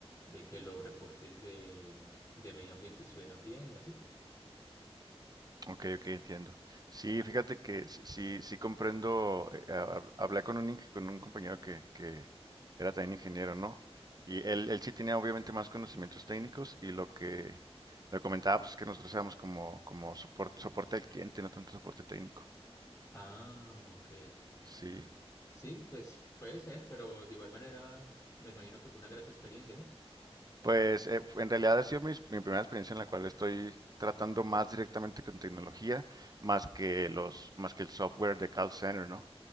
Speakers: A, on the left (about 35°); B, on the right (about 40°).
A: de que los reportes de, de medio ambiente estuvieran bien y así.
B: Ok, ok, entiendo. Sí, fíjate que sí, sí, sí comprendo. eh, hab- hablé con un, ing- con un compañero que, que era también ingeniero, ¿no? Y él, él sí tenía obviamente más conocimientos técnicos y lo que le comentaba pues, es que nosotros éramos como, como soporte, soporte al cliente, no tanto soporte técnico.
A: Ah, ok.
B: Sí.
A: Sí, pues puede ser, pero de igual manera me imagino que fue una grata experiencia, ¿no?
B: Pues eh, en realidad ha sido mis- mi, primera experiencia en la cual estoy tratando más directamente con tecnología, más que los, más que el software de call center, ¿no?